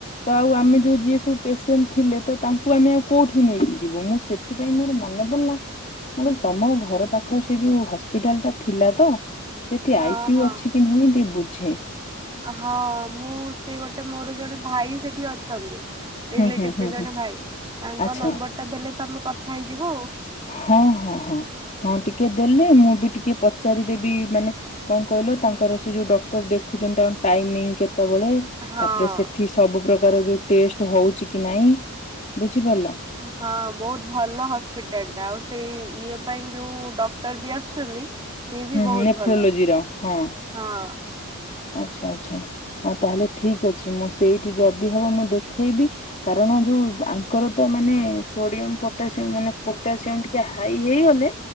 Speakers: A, on the left (about 30°); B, on the right (about 20°).
A: ତ ଆଉ ଆମେ ଯୋଉ ଯିଏ ସବୁ ପେସେଣ୍ଟ ଥିଲେ ତ ତାଙ୍କୁ ଆମେ ଆଉ କୋଉଠି ନେଇକି ଯିବୁ ମୁଁ ସେଥିପାଇଁ ମୋର ମନେ ପଡ଼ିଲା। ତମ ଘର ପାଖରେ ସେ ଯୋଉ ହସ୍ପିଟାଲ ଟା ଥିଲା ତ ସେଠି
B: ହଁ
A: ଆଇସିୟୁ
B: ହଁ
A: ଅଛି। ଏ ନାଇଁ ଟିକେ ବୁଝେ।
B: ହଁ ମୁଁ ସିଏ ଗୋଟେ ମୋର ଜଣେ ଭାଇ ସେଠି ଅଛନ୍ତି। ରିଲେଟିଭରେ
A: ହୁଁ ହୁଁ ହୁଁ
B: ଜଣେ
A: ହୁଁ
B: ଭାଇ ତାଙ୍କ
A: ଆଚ୍ଛା
B: ନମ୍ବର ଟା ଦେଲେ ତମେ କଥା ହେଇଯିବ ଆଉ।
A: ହଁ ହଁ ହଁ ହଁ ଟିକେ ଦେଲେ ମୁଁ ବି ଟିକେ ପଚାରିଦେବି ମାନେ କଣ କହିଲ ତାଙ୍କର ସେ ଯୋଉ ଡକ୍ଟର ଦେଖୁଛନ୍ତି ତାଙ୍କ ଟାଇମିଂ କେତେବେଳେ
B: ହଁ
A: ତାପରେ ସେଠି ସବୁ ପ୍ରକାର ଯୋଉ ଟେଷ୍ଟ ହଉଛି କି ନାଇଁ ବୁଝିପାରିଲ।
B: ହଁ ବହୁତ ଭଲ ହସ୍ପିଟାଲ ଟା ଆଉ ସେ ଇଏ ପାଇଁ ଯୋଉ ଡକ୍ଟର ବି ଆସୁଛନ୍ତି ସିଏ ବି
A: ହୁଁ
B: ବହୁତ
A: ନେଫ୍ରୋଲୋଜିର
B: ଭଲ
A: ହଁ।
B: ହଁ।
A: ଆଚ୍ଛା ଆଚ୍ଛା ହଁ ତାହେଲେ ଠିକ ଅଛି ମୁଁ ସେଇଠି ଯଦି ହବ ମୁଁ ଦେଖେଇବି କାରଣ ଯୋଉ ଆଙ୍କର ତ ମାନେ ସୋଡିୟମ ପଟାସିୟମ ମାନେ ପଟାସିୟମ ଟି କେ ହାଇ ହେଇଗଲେ